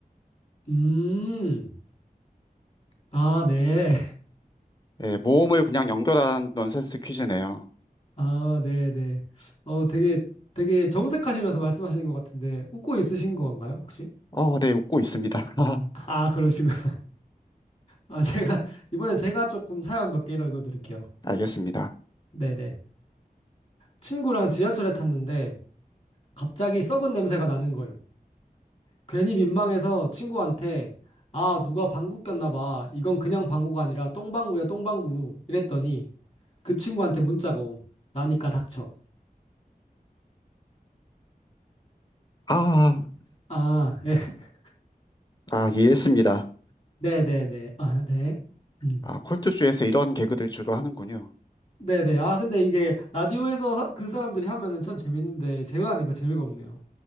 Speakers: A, on the left; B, on the left.
A: 음. 아, 네.
B: 예, 모음을 그냥 연결한 넌센스 퀴즈네요.
A: 아, 네네. 어, 되게, 되게 정색하시면서 말씀하시는 것 같은데, 웃고 있으신 건가요, 혹시?
B: 어, 네, 웃고 있습니다. <laughs>
A: 아, 그러시군. <laughs> 아, 제가, 이번엔 제가 조금 사연 몇 개 읽어드릴게요.
B: 알겠습니다.
A: 네네. 친구랑 지하철에 탔는데, 갑자기 썩은 냄새가 나는 거임. 괜히 민망해서 친구한테, 아, 누가 방구 꼈나 봐. 이건 그냥 방구가 아니라 똥방구야, 똥방구. 이랬더니, 그 친구한테 문자가 옴. 나니까 닥쳐.
B: 아,
A: 아, 예. <laughs>
B: 아, 이해했습니다.
A: 네네네. 아, 네. 음.
B: 아, 컬투쇼에서 이런 개그들 주로 하는군요.
A: 네네. 아, 근데 이게 라디오에서 하- 그 사람들이 하면은 참 재밌는데 제가 하니까 재미가 없네요.